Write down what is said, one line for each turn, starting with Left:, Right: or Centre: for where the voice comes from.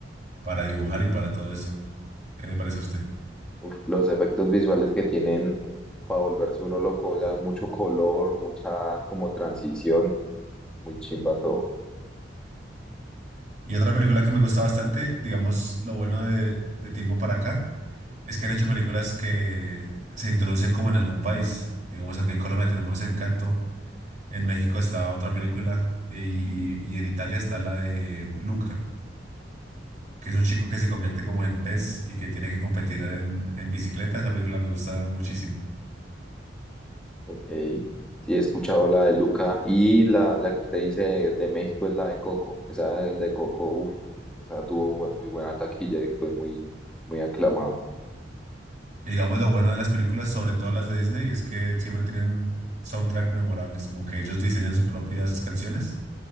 Right: para dibujar y para todo eso. ¿Qué le parece a usted?
Centre: Uf, los efectos visuales que tienen para volverse uno loco, o sea, mucho color, mucha como transición, muy chimba todo.
Right: Y otra película que me gusta bastante, digamos, lo bueno de, de tiempo para acá, es que han hecho películas que se introducen como en algún país. Digamos, aquí en Colombia tenemos Encanto, en México está otra película y, y en Italia está la de Luca. que es un chico que se convierte como en pez y que tiene que competir en, en bicicleta. Esa película me gusta muchísimo.
Centre: Ok, sí he escuchado la de Luca y la, la que usted dice de, de México es la de Coco, esa del de Coco, uf, esa tuvo bu- muy buena taquilla y fue muy, muy aclamada.
Right: Y digamos lo bueno de las películas, sobre todo las de Disney, es que siempre tienen soundtrack memorables, como que ellos diseñan sus propias canciones